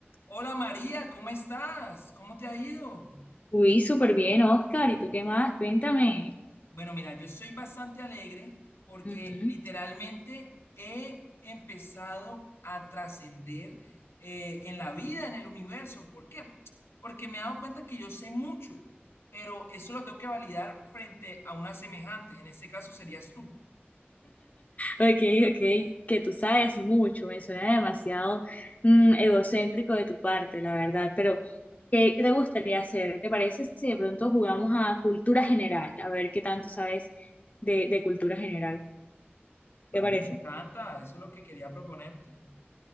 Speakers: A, on the left (about 85°); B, on the left (about 40°).
A: Hola María, ¿cómo estás? ¿Cómo te ha ido?
B: Uy, súper bien, Oscar. ¿Y tú qué más? Cuéntame.
A: Bueno, mira, yo estoy bastante alegre porque
B: Ujú.
A: literalmente he empezado a trascender eh, en la vida, en el universo. ¿Por qué? Porque me he dado cuenta que yo sé mucho, pero eso lo tengo que validar frente a una semejante. En ese caso serías tú.
B: Ok, ok, que tú sabes mucho, me suena demasiado mm, egocéntrico de tu parte, la verdad, pero ¿qué te gustaría hacer? ¿Te parece si de pronto jugamos a cultura general? A ver qué tanto sabes de, de cultura general,
A: Vale,
B: ¿te parece?
A: me encanta. Eso es lo que quería proponerte.